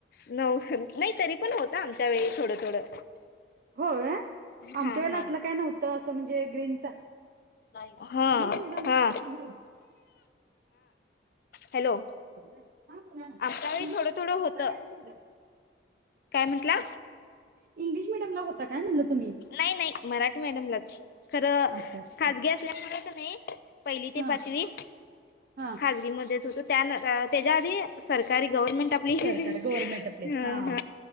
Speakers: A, on the left (about 55°); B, on the right (about 50°).
A: नव्हतन नाही तरी पण होतं आमच्या वेळी थोडं थोडं.
B: होय आमच्या
A: हा
B: वेळेला
A: हा
B: असलं काय नव्हतं असं म्हणजे ग्रीनचा
A: हा हा
B: इंग्लिश मिडियमला
A: हा.
B: तुम्ही
A: हॅलो
B: हो बोला ना
A: आमच्या
B: इंग्लिश
A: वेळी थोडं
B: मिडियम
A: थोडं
B: ला होता
A: होतं
B: काय. <inaudible>
A: काय म्हटला?
B: इंग्लिश मिडियमला होता काय म्हणलं तुम्ही?
A: नाही नाही मराठी मॅडियमलाच खरं
B: अच्छा अच्छा
A: खजगी असल्यामुळेच नाही पहिली ते
B: हा
A: पाचवी
B: हा
A: खजगी मध्येचं होतं त्यान त्याच्या आधी सरकारी गव्हर्मेंट हा हा आपली
B: सरकार गव्हर्नमेंट आपले हा